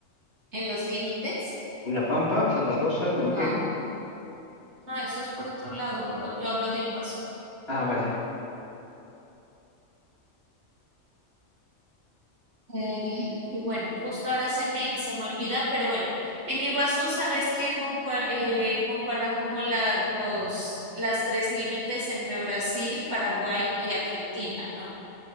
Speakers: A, on the right (about 60°); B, on the left (about 50°).
A: en los límites?
B: La Pampa, Santa Rosa,
A: No,
B: Neuquén.
A: no, eso es por otro lado, yo hablo de Iguazú.
B: Ah, vale.
A: Eh, y bueno, justo ahora se me, se me olvida, pero bueno, en Iguazú sabes que concue- eh, concuerdan como la, los, las tres límites entre Brasil, Paraguay y Argentina, ¿no?